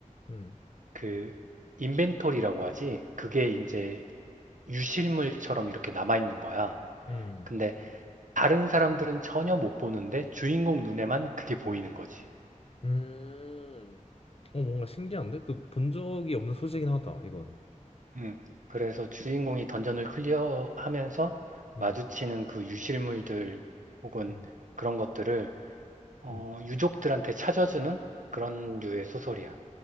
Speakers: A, on the left; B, on the right.
A: 음,
B: 그 인벤토리라고 하지. 그게 이제 유실물처럼 이렇게 남아있는 거야.
A: 음,
B: 근데 다른 사람들은 전혀 못 보는데 주인공 눈에만 그게 보이는 거지.
A: 음. 어, 뭔가 신기한데? 그 본 적이 없는 소재긴 하다, 이건.
B: 음, 그래서 주인공이 던전을 클리어하면서
A: 음,
B: 마주치는 그 유실물들 혹은
A: 음.
B: 그런 것들을 어,
A: 음.
B: 유족들한테 찾아주는 그런 류의 소설이야.